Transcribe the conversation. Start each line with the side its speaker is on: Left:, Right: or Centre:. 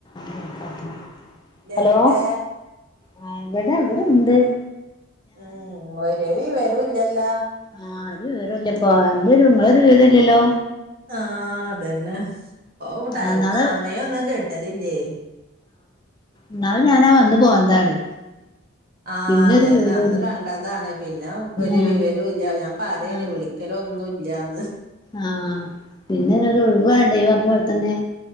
Left: ന്തേക്കാത്തെ. ഹലോ,
Right: എവിടെ
Left: ആ, വെടെ, വ്ടെണ്ട്.
Right: ഉം, വരവി, വരവില്ലല്ല.
Left: ആഹ, അ ഒരു, വിവരോംല്ലപ്പൊ, അന്റൊരു, ങ്ങളൊരു, വിവരോല്ലല്ലോ.
Right: ആ, അതന്നെ, പൊ, ടൈം,
Left: ഇന്നാള്
Right: സമയൊന്നും, കിട്ടലില്ലൈ.
Left: ന്നാള്, ഞാനാ, വന്ന്, പോന്നതാണ്.
Right: ആ,
Left: പിന്നൊരു
Right: അതന്നെ,
Left: വിവരല്ല
Right: അന്ന്, കണ്ടതാണ്, പിന്നെ, ഒരു,
Left: ആ
Right: വിവരോൻല്ല, ഞാൻ, പറയെന്നി,
Left: ആ
Right: വിളിക്കലൊന്നും ഇല്ലാന്ന്
Left: ആ, പിന്നെന്നൊരുഴുവാണ്ടെയ്, ഇയ്യ്, പറഞ്ഞ പോലെത്തന്നെ.